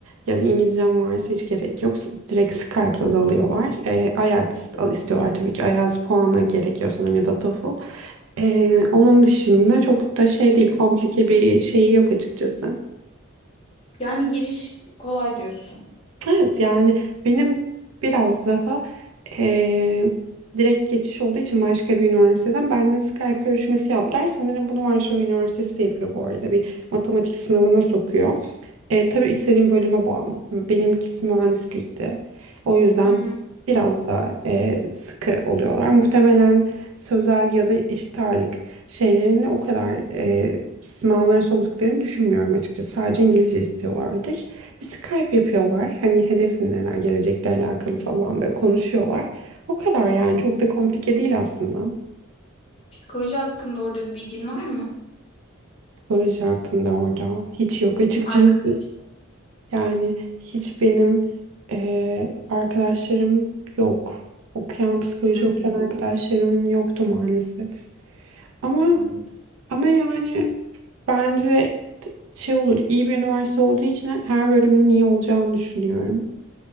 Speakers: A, on the right (about 80°); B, on the left (about 30°).
A: yani İngilizcem varsa hiç gerek yok. S- Direkt Skype'la da alıyorlar. E, IELTS al- istiyorlar tabii ki. IELTS puanı gerekiyor sanırım ya da TOEFL. E, onun dışında çok da şey değil, komplike bir şeyi yok açıkçası.
B: Yani giriş kolay diyorsun.
A: Evet yani benim biraz daha e, direkt geçiş olduğu için başka bir üniversiteden benimle Skype görüşmesi yaptılar. Sanırım bunu Varşova Üniversitesi de yapıyor bu arada. Bir matematik sınavına sokuyor. E, tabii istediğim bölüme bağlı. Benimkisi mühendislikti. O yüzden
B: Hı hı.
A: biraz daha e, sıkı oluyorlar. Muhtemelen sözel ya da eşit ağırlık şeylerini o kadar e, sınavlara soktuklarını düşünmüyorum açıkçası. Sadece İngilizce istiyorlardır. Bir Skype yapıyorlar. Hani hedefin neler, gelecekle alakalı falan böyle konuşuyorlar. O kadar yani çok da komplike değil aslında.
B: Psikoloji hakkında orada bir bilgin var mı?
A: Proje hakkında orada hiç yok açıkçası.
B: Arkadaş.
A: Yani hiç benim eee, arkadaşlarım yok. Okuyan, psikoloji
B: Hı
A: okuyan
B: hı.
A: arkadaşlarım yoktu maalesef. Ama
B: Anladım.
A: ama yani bence şey olur, iyi bir üniversite olduğu için her bölümün iyi olacağını düşünüyorum.